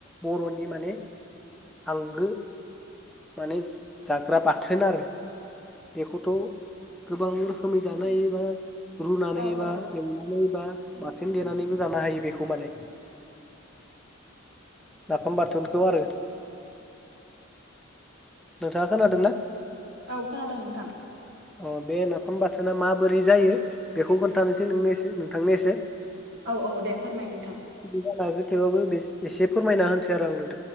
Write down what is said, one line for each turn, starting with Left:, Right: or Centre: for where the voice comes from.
Centre: बरनि माने आंगो माने जाग्रा बाथोन आरो बेखौथ गोबां रोखोमै जानो हायोबा रुनानै
Right: औ
Centre: बा
Right: औ
Centre: एवनानै बा बाथोन देनानैबो जानो हायो बेखौ माने नाफाम बाथोनखौ आरो। नोंथाङा खोनादोंना?
Right: औ खोनादों नोंथां।
Centre: अ बे नाफाम बाथोना माबोरै जायो? बेखौ खोनथानोसै नों एसे ओं। <unintelligible>
Right: औ औ दे फोरमाय नोंथां।
Centre: <unintelligible> बे एसे फोरमायना होनसै आरो आंनोंनो।